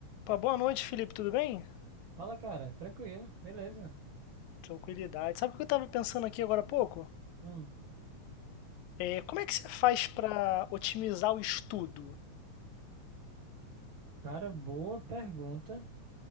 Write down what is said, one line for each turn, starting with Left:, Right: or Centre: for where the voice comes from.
Left: Pô, boa noite, Felipe, tudo bem?
Right: Fala, cara. Tranquilo, beleza.
Left: Tranquilidade. Sabe o que eu estava pensando aqui agora há pouco?
Right: Hum,
Left: É, como é que você faz para otimizar o estudo?
Right: cara, boa pergunta.